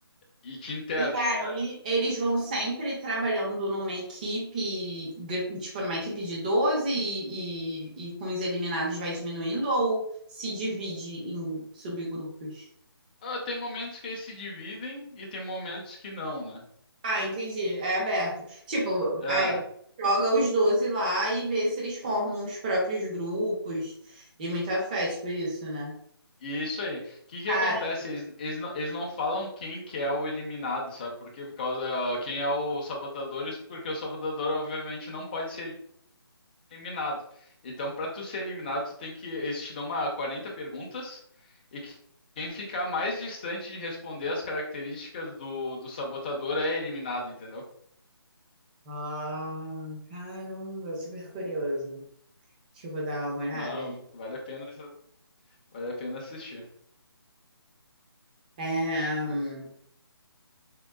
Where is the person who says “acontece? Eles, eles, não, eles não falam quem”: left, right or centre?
Left